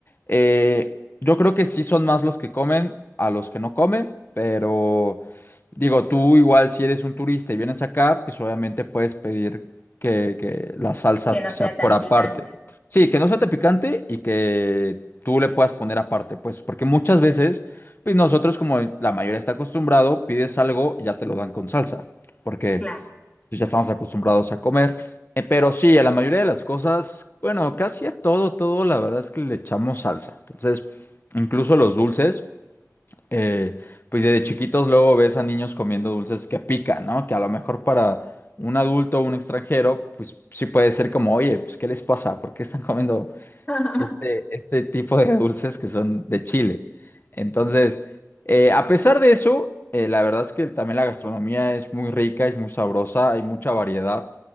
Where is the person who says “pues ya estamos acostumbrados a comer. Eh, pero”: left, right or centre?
Left